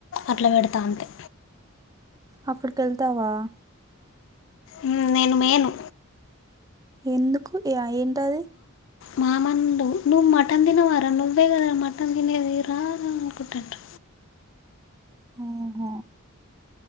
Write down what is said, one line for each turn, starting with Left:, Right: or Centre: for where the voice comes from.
Left: అట్లా పెడతా అంతే
Right: అపుడికెళ్తావా
Left: ఉమ్ నేను మేను
Right: ఎందుకు ఇగ ఏంటది
Left: మామండు నువ్వు మటన్ తినవారా నువ్వే గాదరా మటన్ తినేది రా అనుకుంటంటు
Right: హు్హ్